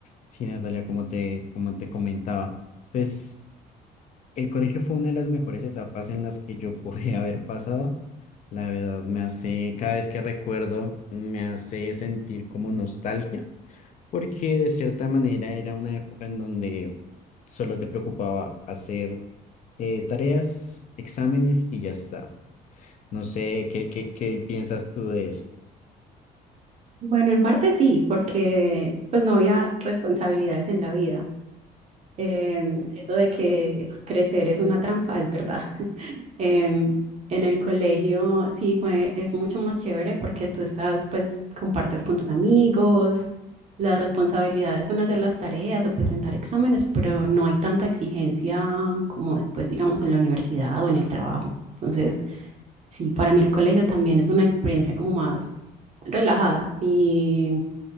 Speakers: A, on the left; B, on the right.
A: Sí, Natalia, como te, como te comentaba, pues el colegio fue una de las mejores etapas en las que yo pude <laughs> haber pasado. La verdad me hace, cada vez que recuerdo, me hace sentir como nostalgia, porque de cierta manera era una época en donde solo te preocupaba hacer eh, tareas, exámenes y ya está. No sé, ¿qué, qué, qué piensas tú de eso?
B: Bueno, en parte sí, porque pues no había responsabilidades en la vida. Em, eso de que crecer es una trampa, es verdad. <laughs> Em, en el colegio sí fue, es mucho más chévere porque tú estás, pues, compartes con tus amigos, las responsabilidades son hacer las tareas o presentar exámenes, pero no hay tanta exigencia como después, digamos, en la universidad o en el trabajo. Entonces, sí, para mí el colegio también es una experiencia como más relajada y